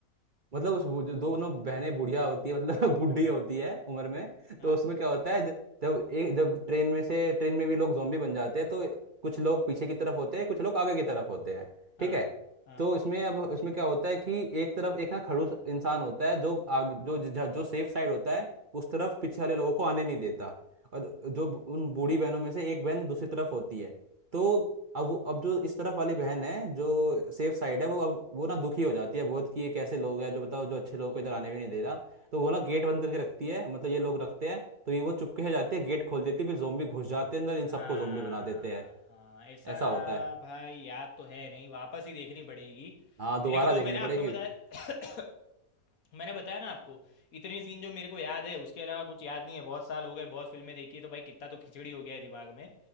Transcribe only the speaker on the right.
मतलब उस वो जो दोनों बहनें बुढ़िया होती है मतलब <laughs> बुढ़ी होती है उम्र में
तो उसमें क्या होता है ज- जब एक जब ट्रेन में से ट्रेन में भी लोग zombie बन जाते हैं तो कुछ लोग पीछे की तरफ होते हैं कुछ लोग आगे की तरफ होते हैं
ठीक है
तो इसमें अब इसमें क्या होता है कि एक तरफ एक ना खड़ूस इंसान होता है जो आग, जो ज- जो सेफ साइड होता है उस तरफ पीछे वाले लोगों को आने नहीं देता और जो उन बूढ़ी बहनों में से एक बहन दूसरी तरफ होती है तो अब वो- अब जो इस तरफ वाली बहन है जो सेफ साइड है वो अब वो ना दुखी हो जाती है बहुत कि ये कैसे लोग हैं जो बताओ जो अच्छे लोगों को इधर आने भी नहीं दे रहा तो वो ना गेट बंद करके रखती है मतलब ये लोग रखते हैं तो ये वो चुपके से जाते हैं गेट खोल देती है फिर जोम्बी घुस जाते हैं अंदर इन सबको
जोम्बी बना देते हैं
ऐसा होता है
हाँ
दोबारा
देखनी
पड़ेगी